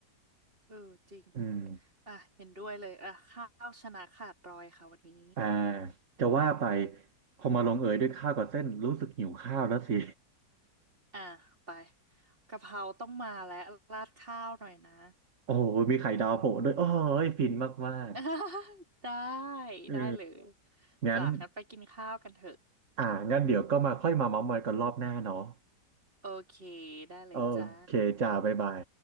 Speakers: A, on the right; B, on the right.
A: เออจริง
B: อืม
A: อ่ะเห็นด้วยเลยอ่ะข้าวชนะขาดรอยค่ะวันนี้
B: อ่าจะว่าไปพอมาลงเอยด้วยข้าวกับเส้นรู้สึกหิวข้าวแล้วสิ
A: อืมอ่ะไปกะเพราต้องมาแล้วราดข้าวหน่อยนะ
B: <laughs> โอ้โหมีไข่ดาวโผล่ด้วยโอ้ยฟินมาก
A: <laughs> ได้
B: ๆเออ
A: ได้เลย
B: งั้น
A: จ้ะงั้นไปกินข้าวกันเถอะ
B: อ่างั้นเดี๋ยวก็มาค่อยมาเม้าท์มอยกันรอบหน้าเนาะ
A: โอเค ได้เลยจ้า
B: โอเคจ้าบ๊ายบาย